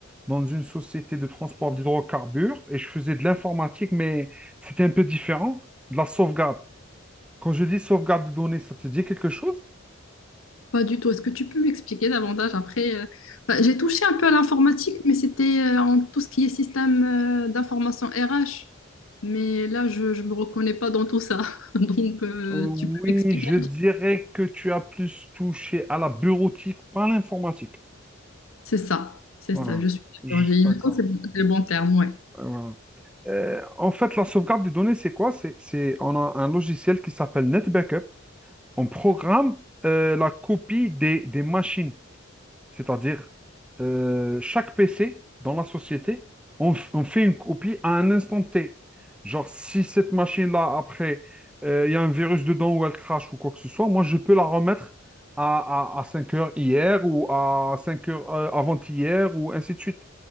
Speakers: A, in the centre; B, on the left (about 70°).
A: dans une société de transport d'hydrocarbures et je faisais de l'informatique, mais c'était un peu différent de la sauvegarde. Quand je dis sauvegarde de données, ça te dit quelque chose?
B: Pas du tout. Est-ce que tu peux m'expliquer davantage après? euh, bah, j'ai touché un peu à l'informatique, mais c'était euh, en tout ce qui est système euh, d'information RH. Mais là, je ne me reconnais pas dans tout ça. <laughs> Donc, euh,
A: Euh, oui,
B: tu peux m'expliquer?
A: je dirais que tu as plus touché à la bureautique, pas à l'informatique.
B: C'est ça, c'est
A: Voilà.
B: ça, je suis
A: Juste.
B: d'accord. J'ai
A: D'accord.
B: l'impression que c'est le bon terme, Ouais.
A: Euh, voilà. Euh, en fait, la sauvegarde des données, c'est quoi? C'est, c'est, on a un logiciel qui s'appelle NetBackup. On programme euh, la copie des, des machines. C'est-à-dire, euh, chaque PC dans la société, on, f- on fait une copie à un instant T. Genre, si cette machine-là, après, euh, il y a un virus dedans ou elle crache ou quoi que ce soit, moi, je peux la remettre à, à, à 5 heures hier ou à 5 heures euh, avant-hier ou ainsi de suite.